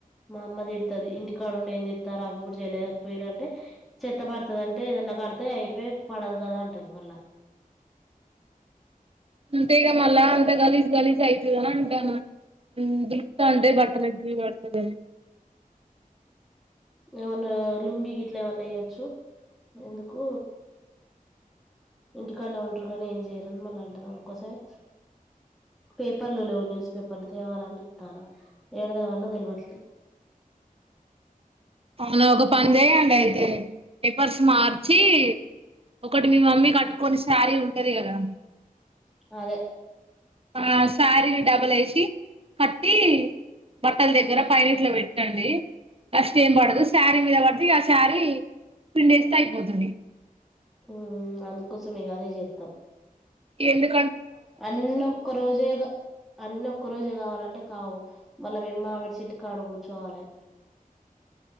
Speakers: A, in the centre; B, on the right.
A: మా అమ్మ తిడతది ఇంటికాడ ఉండేం ఏంచేస్తార్ అవి కూడా చేయలేకపోయరంటే చెత్త పడుతది అంటే ఏదన్నా కడితే అయిపోయి పడదు కదా అంటది మళ్ళా
B: అంతేగ మల్ల అంత గలీజ్ గలీజ్ అయితునా అంటానా దులుపు తంటే బట్టలకి బడుతుదనీ
A: ఏవన్నా లుంగి గిట్లా ఏమన్నా య్యొచ్చు ఎందుకు ఇంటికనే ఉంటరు కానీ ఏం చేయరుని మళ్ళీ అంటది అందుకోసమే పేపర్లు లేవు న్యూస్ పేపర్లు తేవాలని చుత్తన ఎడతెవల్నో తెలివట్లేదు
B: అవును ఒక పని చెయండి అయితే పేపర్స్ మార్చి ఒకటి మీ మమ్మీ కట్టుకొని శారీ ఉంటది కదా
A: అదే
B: ఆ శారీని డబుల్ ఏసీ కట్టి బట్టల్ దగ్గర పైనట్లో పెట్టండి బస్ ఏంబడదు శారీ మీద బడితే ఇఆ శారీ పిన్డేస్తే అయిపోతుంది
A: మ్ అందుకోసం ఇగ అదే జేత్తాం.
B: ఎందుకు
A: అన్నొక్క రోజేగా అన్నొక్క రోజే కావాలంటే కావు మళ్ళా మేమ్ మామిడి చెట్టుకాడ గూర్చోవాలే.